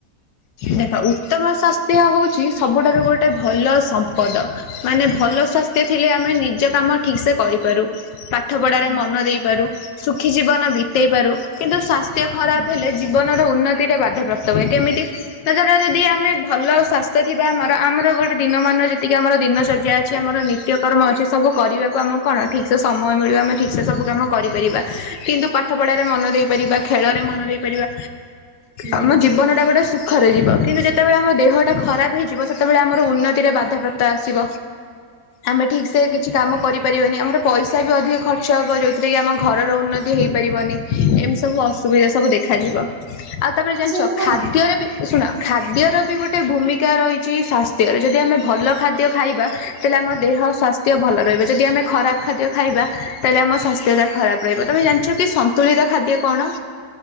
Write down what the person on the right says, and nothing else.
ହୁଁ
ହୁଁ।
ହୁଁ।
ସେ ମୁଁ କହିବି